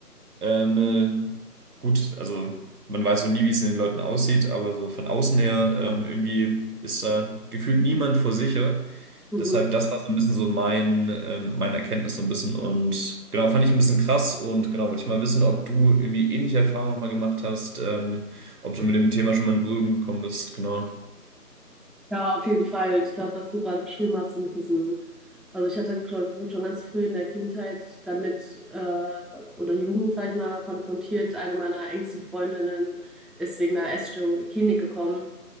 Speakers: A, on the right; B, in the centre.
A: Ähm, äh, gut, also man weiß so nie, wie es in den Leuten aussieht, aber so von außen her ähm, irgendwie ist da gefühlt niemand vor sicher.
B: Mhm.
A: Deshalb, das war so ein bisschen so mein, ähm, meine Erkenntnis so ein bisschen und genau, fand ich ein bisschen krass und genau, wollte ich mal wissen, ob du irgendwie ähnliche Erfahrungen nochmal gemacht hast, ähm, ob du mit dem Thema schon mal in Berührung gekommen bist, genau.
B: Ja, auf jeden Fall. Ich glaube, was du gerade beschrieben hast, so mit diesem Also ich hatte, glaube ich, wurde schon ganz früh in der Kindheit damit äh, oder Jugend, sag ich mal, konfrontiert. Eine meiner engsten Freundinnen ist wegen einer Essstörung in die Klinik gekommen.